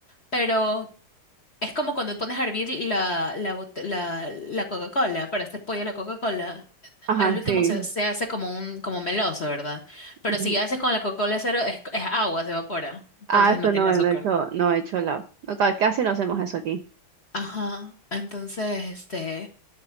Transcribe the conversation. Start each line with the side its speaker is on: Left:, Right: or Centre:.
Left: Pero Es como cuando pones a hervir la, la, bot- la, la Coca-Cola para hacer pollo a la Coca-Cola.
Right: Ajá,
Left: Al último
Right: sí.
Left: se, se hace como un como meloso, ¿verdad? Pero
Right: Ujú.
Left: si haces con la Coca-Cola cero, es, es agua, se evapora. Entonces
Right: Ah, eso
Left: no tiene
Right: no,
Left: azúcar.
Right: no he hecho, no he hecho la, no, ca- casi no hacemos eso aquí.
Left: Ajá. Entonces, este.